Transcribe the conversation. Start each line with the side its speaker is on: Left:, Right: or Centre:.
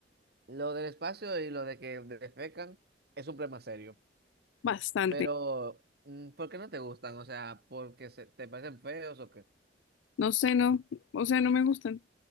Right: Lo del espacio y lo de que defecan es un problema serio.
Left: Bastante.
Right: Pero, mm, ¿por qué no te gustan? O sea, ¿porque se, te parecen feos o qué?
Left: No sé, no, o sea, no me gustan.